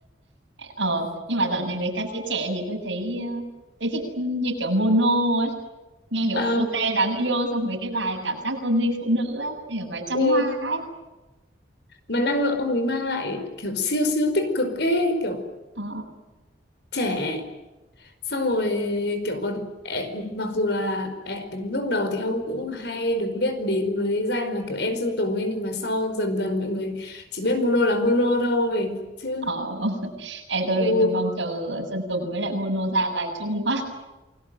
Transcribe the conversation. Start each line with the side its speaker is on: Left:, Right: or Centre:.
Right: Ờ, nhưng mà dạo này mấy ca sĩ trẻ thì tôi thấy ờ, tôi thích như kiểu Mono ấy, nghe kiểu
Left: Ờ,
Right: cô Tê đáng yêu xong mấy cái bài cảm giác tôn vinh phụ nữ ấy, như kiểu bài trăm
Left: ừ.
Right: hoa ấy.
Left: mà năng lượng ông ấy mang lại kiểu siêu siêu tích cực ấy kiểu
Right: Ờ,
Left: trẻ xong rồi kiểu còn ẻ- mặc dù là ẻ- lúc đầu thì ông cũng hay được biết đến với danh là kiểu em Sơn Tùng ấy nhưng mà sau dần dần mọi người chỉ biết mono là mono thôi chứ
Right: ờ. <laughs> Ê, tôi
Left: ừ.
Right: tôi mong chờ Sơn Tùng với lại Mono ra bài chung quá.